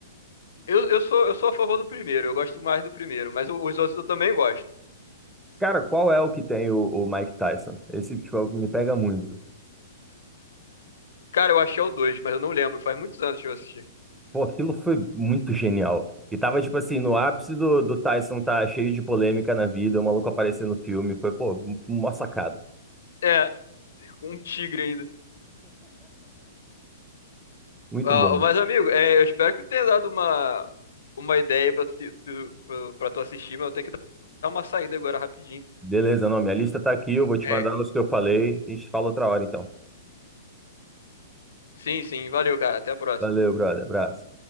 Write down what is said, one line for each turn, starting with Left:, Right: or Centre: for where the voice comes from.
Left: eu, eu sou, eu sou a favor do primeiro, eu gosto mais do primeiro, mas o- os outros eu também gosto.
Centre: Cara, qual é o que tem o, o Mike Tyson? Esse, tipo, é o que me pega muito.
Left: Cara, eu achei o dois, mas eu não lembro, faz muitos anos que eu assisti.
Centre: Pô, aquilo foi muito genial. E tava, tipo assim, no ápice do, do Tyson tá cheio de polêmica na vida, o maluco aparecer no filme. Foi, pô, uma sacada.
Left: É, um tigre ainda.
Centre: Muito
Left: Ah,
Centre: bom.
Left: mas, amigo, é, eu espero que tenha dado uma, uma ideia pra tu, que- tu- pro- pra tu assistir, mas eu tenho que dar uma saída agora rapidinho.
Centre: Beleza, não, minha lista tá aqui, eu vou te
Left: É,
Centre: mandar os que eu falei. A gente fala outra hora, então.
Left: sim, sim, valeu, cara. Até a próxima.
Centre: Valeu, brother. Abraço.